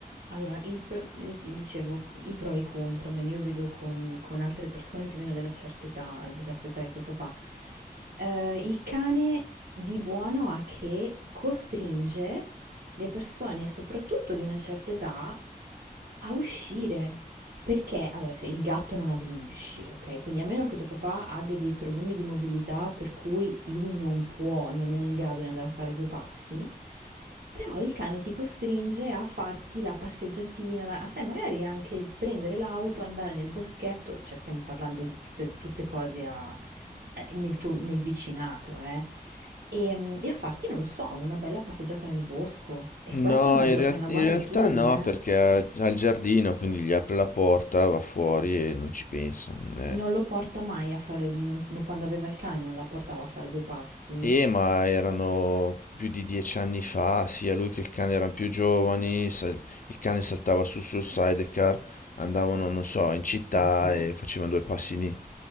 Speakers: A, on the right (about 85°); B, on the left (about 60°).
A: Allora, il pro- eh, dicevo, i pro e i contro, almeno io vedo con, con altre persone più o meno della certa età, della stessa età di tuo papà. Eh, il cane di buono ha che costringe le persone, soprattutto di una certa età, a uscire. Perché, allora, se- il gatto non ha bisogno di uscire, ok? Quindi a meno che tuo papà abbia dei problemi di mobilità per cui lui non può, non è in grado di andare a fare due passi, però il cane ti costringe a farti la passeggiatina, la- sai, magari anche prendere l'auto, andare nel boschetto, cioè stiamo parlando di tutte, tutte cose a- eh, nel tuo- nel vicinato, eh? E, e a farti, non lo so, una bella passeggiata nel bosco. E questa
B: No,
A: è una
B: in
A: be-
B: real-
A: è una
B: in
A: buona
B: realtà
A: abitudine.
B: no, perché
A: eh?
B: ha ha il giardino, quindi gli apre la porta, va fuori e non ci pensa. non è-
A: non lo porta mai a fare, non- no, quando aveva il cane non la portava a fare due passi.
B: Eh, ma erano più di dieci anni fa, sia lui che il cane erano più giovani, sal- il cane saltava su sul sidecar, andavano, non so, in città
A: Ok.
B: e facevano due passi lì.